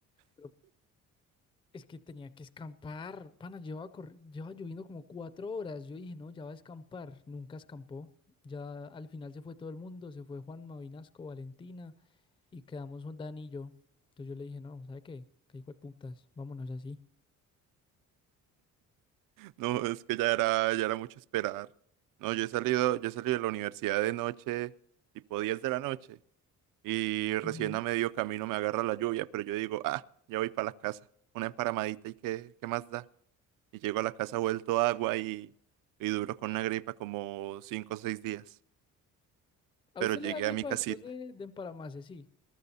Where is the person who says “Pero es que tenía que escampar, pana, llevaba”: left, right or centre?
Left